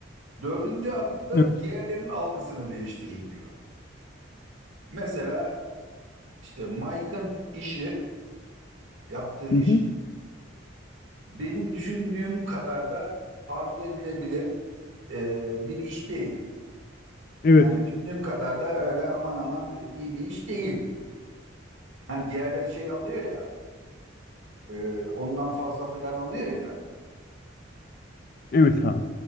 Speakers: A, on the right; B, on the left.
A: dördüncü adım da
B: Evet.
A: diğerlerin algısını değiştirir diyor. Mesela işte Mike'ın işi yaptığı iş
B: Hı hı.
A: benim düşündüğüm kadar da arzu edilebilir e, bir iş değil.
B: Evet.
A: Yani düşündüğüm kadar da öyle aman aman iyi bir iş değil. Hani diğerleri şey alıyor ya, e, ondan fazla falan alıyor ya.
B: Evet abi.